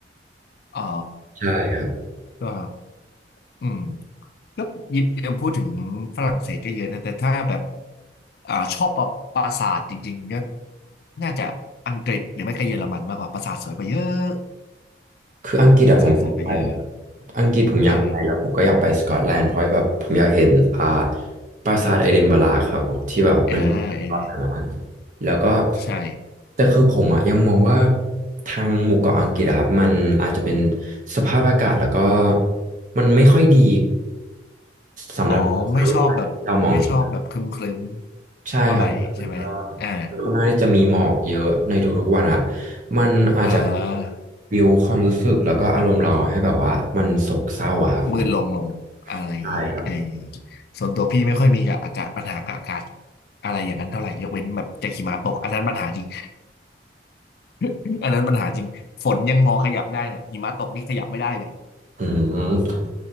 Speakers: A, on the left; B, on the right.
A: อ๋อ
B: ใช่ครับ
A: ก็อืมก็ยิบพูดถึงฝรั่งเศสก็เยอะนะ แต่ถ้าแบบอ่าชอบประปราสาทจริงๆก็น่าจะอังกฤษหรือไม่ก็เยอรมันมากกว่าปราสาทสวยกว่าเยอะ
B: คืออังกฤษอะผมอยากไปอะครับ
A: ปราสาทสวยกว่าเยอะ
B: อังกฤษผมอยากไปแล้วผมก็อยากไปสกอตแลนด์เพราะแบบผมอยากเห็นอ่า
A: เออ
B: ปราสาทเอดินบะระครับผมที่แบบมันตอนนั้นอะ
A: อ่าเออ
B: แล้วก็
A: ใช่
B: แต่คือผมอะยังมองว่าทางหมู่เกาะอังกฤษอะครับมันอาจจะเป็นสภาพอากาศแล้วก็มันไม่ค่อยดีสำหรับทัศนวิสัยที่เรามองเห็น
A: อ๋อ ไม่ชอบแบบไม่ชอบแบบครึมๆเท่าไหร่ใช่ไหมอ่า
B: ใช่ครับมันก็ค่อนข้างที่จะมีหมอกเยอะในทุกๆวันครับมันอาจจะ
A: อ่า
B: บิวความรู้สึกแล้วก็อารมณ์เราให้แบบว่ามันโศกเศร้าอะครับผม
A: มืดลงลงอะไร
B: ใช่ครับ
A: ไอ้ส่วนตัวพี่ไม่ค่อยมีกับอากาศปัญหากับอากาศอะไรอย่างนั้นเท่าไหร่ยกเว้นแบบจะหิมะตกอันนั้นปัญหาจริง <laughs> อันนั้นปัญหาจริงฝนยังพอขยับได้หิมะตกนี่ขยับไม่ได้เลย
B: อืม